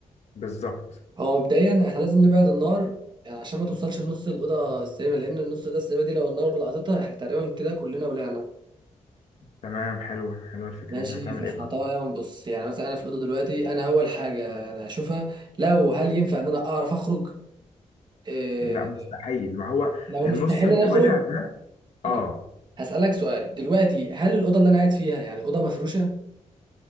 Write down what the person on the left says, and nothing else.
بالظبط
تمام حلوة حلوة الفكرة
دي هتعمل
ايه بقى
لا مستحيل ما هو
النص
اللي
ولع
ده
اه